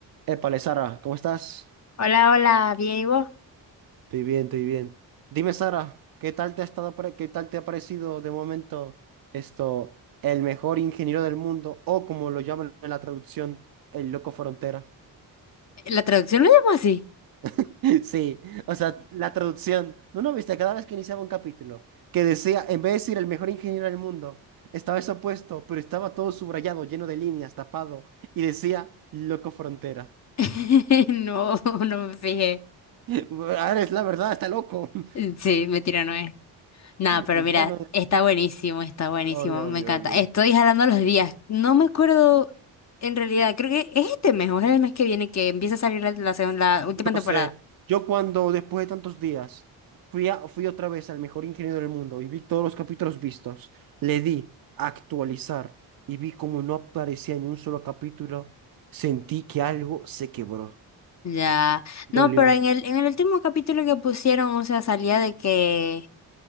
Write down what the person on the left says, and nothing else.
Hola, hola, bien, ¿y vos?
¿La traducción lo llamo así?
<laughs> No, no me fijé.
Mm, Sí, mentira, no es. Nada, pero
mira,
está buenísimo, está buenísimo,
me
encanta.
Estoy jalando los días. No me acuerdo, en realidad, creo que es este mes o es el mes que viene que empieza a salir la, la segun- la última
temporada.
Ya.
No, pero en el, en el último capítulo que pusieron, o sea, salía de que,